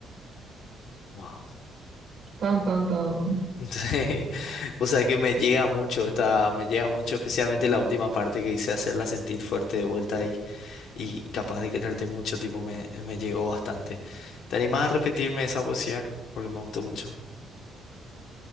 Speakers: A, on the left; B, on the right.
A: Wow.
B: Tan, tan, tan.
A: Sí, <laughs> o sea que me llega mucho, está, me llega mucho, especialmente la última parte que hice hacerla sentir fuerte de vuelta y, y capaz de quererte mucho, tipo, me, me llegó bastante. ¿Te animás a repetirme esa poesía? Porque me gustó mucho.